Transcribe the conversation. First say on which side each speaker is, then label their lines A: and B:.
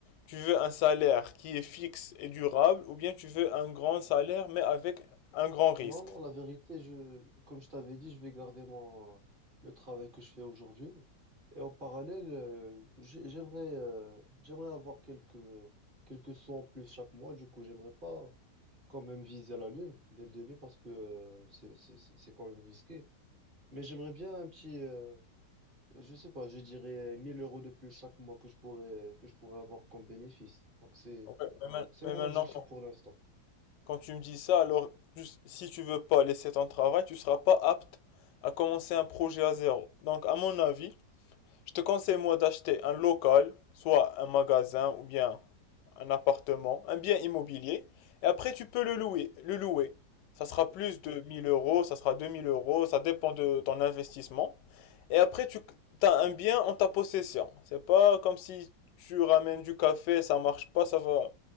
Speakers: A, on the left; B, on the right.
A: tu veux un salaire qui est fixe et durable ou bien tu veux un grand salaire mais avec un grand risque?
B: Non, non, la vérité, je, comme je t'avais dit, je vais garder mon, le travail que je fais aujourd'hui. Et en parallèle, euh, j'ai- j'aimerais, euh, j'aimerais avoir quelques, quelques sous en plus chaque mois. Du coup, j'aimerais pas quand même viser la lune dès le début parce que euh, c'est, c'est, c'est c'est quand même risqué. Mais j'aimerais bien un petit, euh, je sais pas, je dirais 1000 euros de plus chaque mois que je pourrais, que je pourrais avoir comme bénéfice. Donc c'est,
A: Ouais, mais, ma-
B: c'est
A: mais
B: mon
A: maintenant,
B: objectif
A: quand,
B: pour l'instant.
A: quand tu me dis ça, alors tu- si tu veux pas laisser ton travail, tu seras pas apte à commencer un projet à zéro. Donc, à mon avis, Je te conseille moi d'acheter un local, soit un magasin ou bien un appartement, un bien immobilier, et après tu peux le louer, le louer. Ça sera
B: Oui,
A: plus de 1000 euros, ça sera 2000 euros, ça dépend de ton investissement. Et après tu as un bien en ta possession. C'est pas comme si tu ramènes du café, ça marche pas, ça va.